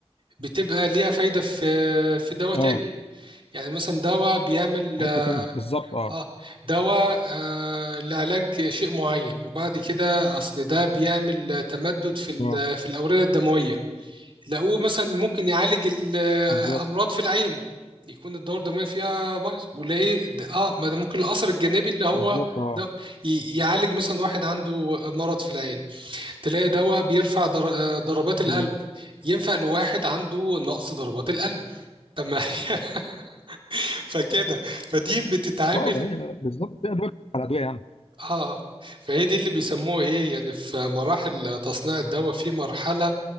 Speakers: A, on the right; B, on the left.
A: بتبقى ليها فايدة في في دواء تاني
B: اه
A: يعني مثلا دواء بيعمل
B: حته تانيه بالظبط اه
A: اه دواء آه لعلاج شيء معين وبعد كده أصل ده بيعمل تمدد في ال-
B: اه
A: في الأوردة الدموية لقوه مثلا ممكن يعالج الأمراض
B: بالظبط
A: في العين يكون الدورة الدموية فيها بايظ وليه ده- اه ما ده ممكن الأثر الجانبي اللي هو
B: بالظبط اه
A: ده ي- يعالج مثلا واحد عنده مرض في العين تلاقي دواء بيرفع در- ضربات القلب
B: مم.
A: ينفع لواحد عنده نقص ضربات القلب طب ما هي <laughs> فكده فدي بتتعامل
B: اه بقى هي بالظبط في ادويه على ادويه يعني
A: اه فهي دي اللي بيسموه ايه يعني في مراحل تصنيع الدواء في مرحلة